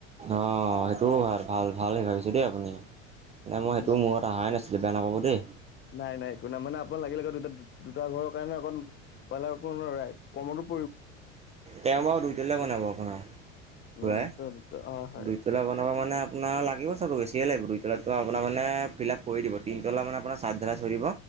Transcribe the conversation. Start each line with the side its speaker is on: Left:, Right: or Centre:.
Right: অ সেইটোও ভাল ভাল ভাল শিকাইছে দেই আপুনি। নাই মই সেইটো
Left: ন
Right: মূৰত অহাই নাছিলো বেয়া নাপাব দেই।
Left: নাই নাই একো নাই মানে আপোনাৰ লাগিলে দুটা দুটা ঘৰৰ কাৰণে অকণ <unintelligible>
Right: তেওঁ বাও দুইটেলিয়া বনাব আপোনাৰ
Left: ন
Right: খুৰাই।
Left: ত ত হয় হয়
Right: দুইতলা বনাব মানে আপোনাৰ লাগিব চা- বেছিয়ে লাগিব দুইতলাতটো আপোনাৰ মানে ফিলাপ কৰি দিব তিনতলা মানে আপোনাৰ চাদ ধেলেই থৈ দিব।